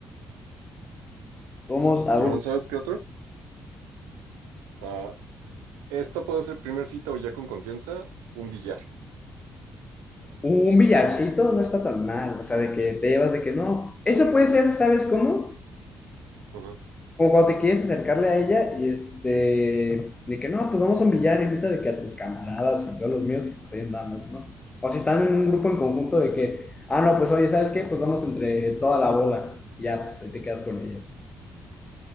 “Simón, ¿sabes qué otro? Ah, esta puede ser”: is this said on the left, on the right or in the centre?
Right